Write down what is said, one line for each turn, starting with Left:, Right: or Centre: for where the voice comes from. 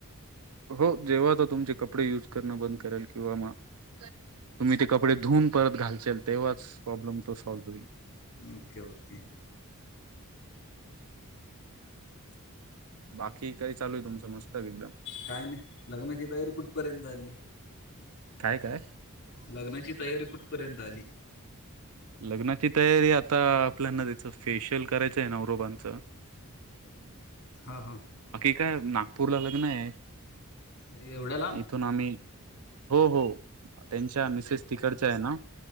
Right: हो जेव्हा तर तुमचे कपडे युज करणं बंद करेल, किंवा मगऽऽ तुम्ही ते कपडे धुवून परत घालचेल, तेव्हाच प्रॉब्लेम तो सॉल्व्ह होईल.
Left: ओके ओके
Right: बाकी काय चालू आहे तुमचं मस्त एकदम
Left: काय नाही, लग्नाची तयारी कुठपर्यंत झाली?
Right: काय काय
Left: लग्नाची तयारी कुठपर्यंत आली?
Right: लग्नाची तयारी आता, आपल्याना द्यायचं फेशियल करायचं आहे नवररोबांचंऽ
Left: हा, हा
Right: काय? नागपूरला लग्न आहे,,,
Left: एवढ्या लांब
Right: इथून आम्ही हो,, हो. त्यांच्या मिसेस तिकडच्या आहे ना,,